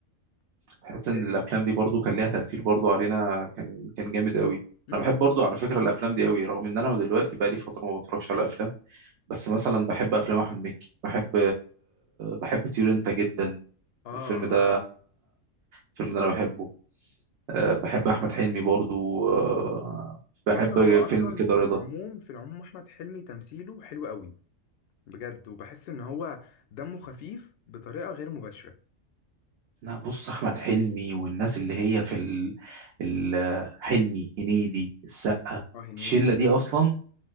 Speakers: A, on the right; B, on the left.
A: تحس إن
B: آه،
A: الأفلام دي برضو كان ليها تأثير برضو علينا كان كان جامد قوي
B: امم
A: أنا بحب برضو على فكرة الأفلام دي قوي رغم إن أنا دلوقتي بقى لي فترة ما بتفرجش على أفلام بس مثلا بحب افلام احمد مكي بحب بحب طيور انت جدا
B: اه
A: الفيلم ده
B: عارفه
A: الفيلم ده انا بحبه أه، بحب احمد حلمي برضو أه، بحب
B: بص هو اصلا
A: فيلم كده رضا
B: في العموم في العموم احمد حلمي تمثيله حلو قوي بجد وبحس ان هو دمه خفيف بطريقه غير مباشره
A: لا بص احمد حلمي والناس اللي هي في ال... ال... حلمي هنيدي السقا
B: اه هنيدي
A: الشله دي اصلا